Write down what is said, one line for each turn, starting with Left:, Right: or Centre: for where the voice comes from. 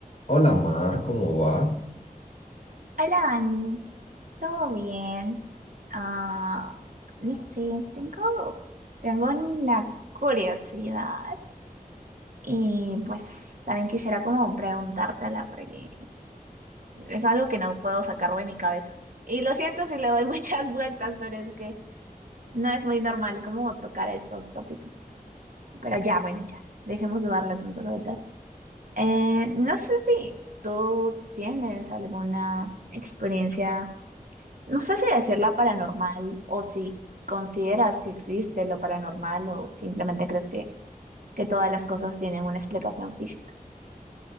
Left: Hola Mar, ¿cómo vas?
Right: Hola, Dani, ¿todo bien? Ah, no sé, tengo, tengo una curiosidad y pues también quisiera como preguntártela porque es algo que no puedo sacar de mi cabeza. Y lo siento si le doy <laughs> muchas vueltas, pero es que no es muy normal como tocar estos tópicos. Pero ya, bueno, ya, dejemos de darle tantas vueltas. Eh, no sé si tú tienes alguna experiencia. No sé si decirla paranormal o si consideras que existe lo paranormal o simplemente crees que, que todas las cosas tienen una explicación física.